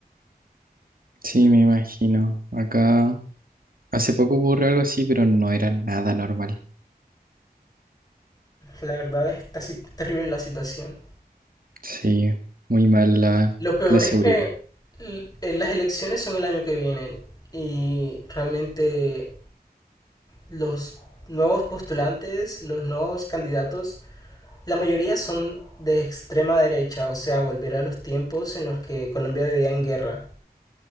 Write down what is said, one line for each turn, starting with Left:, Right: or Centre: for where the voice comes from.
Right: sí, me imagino. Acá hace poco ocurrió algo así, pero no era nada normal.
Left: La verdad está así terrible la situación.
Right: Sí, muy mal la,
Left: Lo peor
Right: la seguridad.
Left: es que l- eh, las elecciones son el año que viene y realmente los nuevos postulantes, los nuevos candidatos, la mayoría son de extrema derecha, o sea, volver a los tiempos en los que Colombia vivía en guerra.